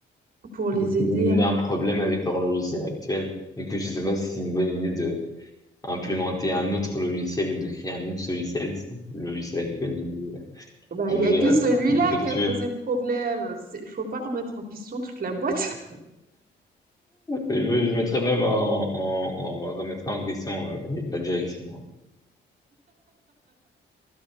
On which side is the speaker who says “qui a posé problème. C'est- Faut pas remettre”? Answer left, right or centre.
Right